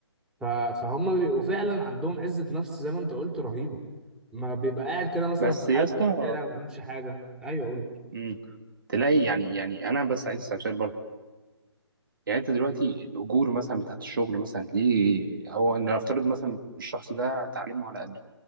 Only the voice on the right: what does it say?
بس
يا
اسطى
مم، تلاقي يعني يعني انا بس عايز اسال سؤال برضه يعني انت دلوقتي الاجور مثلا بتاعت الشغل مثلا ليه هو ان نفترض مثلا الشخص ده تعليمه على قده